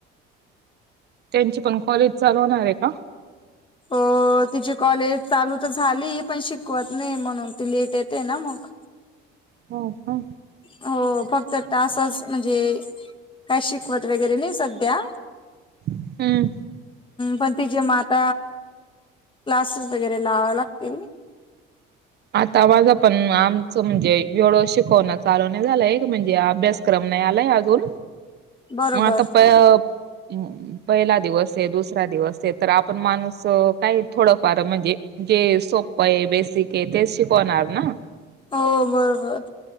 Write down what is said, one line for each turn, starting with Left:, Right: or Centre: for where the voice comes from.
Right: त्यांची पण कॉलेज चालवणार आहे का
Left: अ तिची कॉलेज चालू तर झाली पण शिकवत नाही म्हणून लेट येते ना मग
Right: हो हा
Left: हो फक्त तासच म्हणजे काय शिकवत वगैरे नाही सध्या्
Right: हम्म
Left: पण ति ज मात क्लासेस वगैरे लावे लागतील
Right: आता आवाज आपण आमचं म्हणजे वेळ शिकवण चालू नाही झाला एक म्हणजे अभ्यासक्रम नाही आलाय अजून
Left: बरोबर
Right: मग आता प ह पहिला दिवस आहे दुसरा दिवस आहे तर आपण माणूस काही थोडफार म्हणजे जे सोप आहे बेसिक आहे तेच शिकवणार ना
Left: हो बरोबर